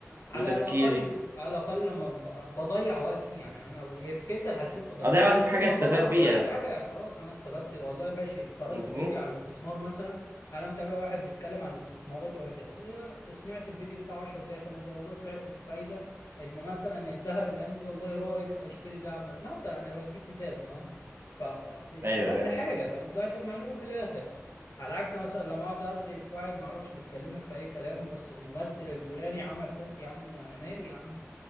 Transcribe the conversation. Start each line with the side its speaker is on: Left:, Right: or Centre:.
Left: على
Right: وتفكيري
Left: الاقل على الاقل لما ب- بضيع وقتي يعني انا هي في كلتا الحالتين طب بس
Right: اضيع
Left: على
Right: وقتي
Left: الاقل
Right: في حاجه
Left: لما
Right: استفاد
Left: بضيع
Right: بيها
Left: اضيع في حاجه يعني خلاص انا استفدت والله ماشي اتفرجت
Right: مظبوط
Left: فيديو على الاستثمار مثلا انا متابع واحد بيتكلم عن الاستثمارات وهكذا إيه، سمعت الفيديو بتاع 10 دقائق 5 دقائق والله طلعت في فايده ان مثلا الذهب الايام دي والله رايق فاشتري ذهب مثلا انا بديك مثال تمام فاستفدت
Right: ايوه ايوه
Left: حاجه تمام طلعت بمعلومه في الاخر على عكس مثلا لما اقعد ارغي في واحد ما اعرفش بيتكلم لك في اي كلام بس الممثل الفلاني عمل كذا يا عم انا مالي يا عم